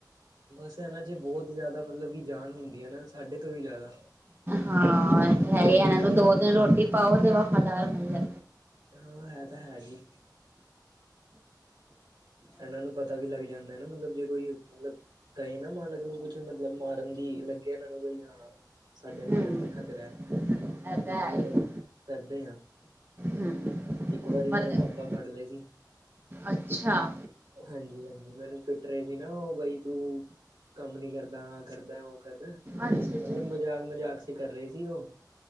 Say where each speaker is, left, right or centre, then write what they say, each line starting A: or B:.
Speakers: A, on the right; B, on the right.
A: ਬਸ ਇਹਨਾ 'ਚ ਬਹੁਤ ਜ਼ਿਆਦਾ ਮਤਲਬ ਕਿ ਜਾਨ ਹੁੰਦੀ ਹੈ ਨਾ, ਸਾਡੇ ਤੋਂ ਵੀ ਜ਼ਿਆਦਾ।
B: ਹਾਂ ਐ ਤੇ ਹੈ ਹੀ, ਇਹਨਾਂ ਨੂੰ ਦੋ ਦਿਨ ਰੋਟੀ ਪਾਓ, ਤੇ ਵਫ਼ਾਦਾਰ ਬਣ ਜਾਂ।
A: ਹਾਂ ਹੈ ਤਾਂ ਹੈ ਜੀ। ਇਹਨਾਂ ਨੂੰ ਪਤਾ ਵੀ ਲੱਗ ਜਾਂਦਾ ਨਾ, ਮਤਲਬ ਜੇ ਕੋਈ ਮਤਲਬ। ਕਹੇ ਨਾ ਮਾਲਕ ਨੂੰ ਕੁਛ, ਮਤਲਬ ਮਾਰਨ ਦੀ ਲੱਗਿਆ ਇਹਨਾਂ ਨੂੰ ਬਈ ਹਾਂ। ਸਾਡੇ ਮਾਲਕ
B: ਹੂੰ
A: ਤੇ ਖ਼ਤਰਾ ਐ,
B: ਇਹ ਤਾਂ
A: ਤੇ ਮਤਲਬ,
B: ਹੈ ਹੀ
A: ਕਰਦੇ ਆਂ।
B: ਹੂੰ
A: ਇੱਕ ਵਾਰੀ
B: ਮਤਲਬ
A: ਮੇਰੇ ਪਾਪਾ ਫੜ ਲਏ ਸੀ।
B: ਅੱਛਾ।
A: ਹਾਂਜੀ-ਹਾਂਜੀ ਮੈਨੂੰ ਪਿੱਟ ਰਹੇ ਸੀ ਨਾ ਉਹ, ਬਈ ਤੂੰ, ਕੰਮ ਨੀ ਕਰਦਾ ਆ ਕਰਦੈ ਉਹ ਕਦ,
B: ਅੱਛਾ ਅੱਛਾ
A: ਮਤਲਬ ਮਜ਼ਾਕ-ਮਜ਼ਾਕ ਸੀ ਕਰ ਰਹੇ ਸੀ ਉਹ।